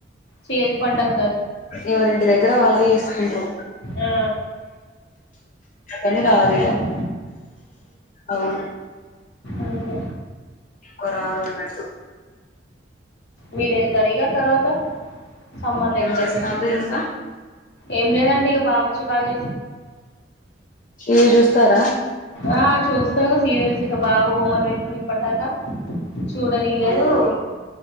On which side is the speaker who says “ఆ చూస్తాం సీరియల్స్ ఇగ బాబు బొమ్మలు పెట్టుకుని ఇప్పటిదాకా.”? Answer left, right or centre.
Left